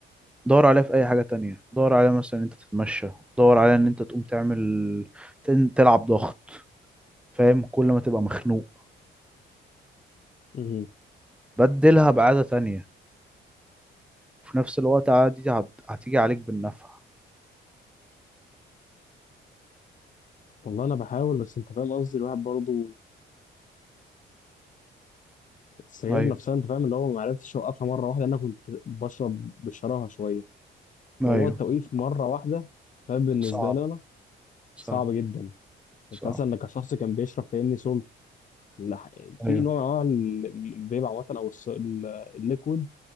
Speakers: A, in the centre; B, on the left.
A: دور عليها في أي حاجة تانية دور عليها مثلا إن أنت تتمشى دور عليها إن أنت تقوم تعمل تن- تلعب ضغط فاهم كل ما تبقى مخنوق
B: مهم.
A: بدلها بعادة تانية وفي نفس الوقت عادي هت- هتيجي عليك بالنفع
B: والله انا بحاول بس انت فاهم قصدي الواحد برضه السيارة
A: أيوه
B: نفسها انت فاهم اللي هو ما عرفتش اوقفها مرة واحدة لأن انا كنت بشرب بشراهة شوية
A: أيوه
B: موضوع التوقيف مرة واحدة فاهم بالنسبة
A: صعب
B: لي انا
A: صعب
B: صعب جدا
A: صح
B: انت مثلا انك شخص كان بيشرب فاهمني سول لح- في
A: ايوه
B: نوع من انواع ال- ال- الفيب عامة او الس- ال- الليكويد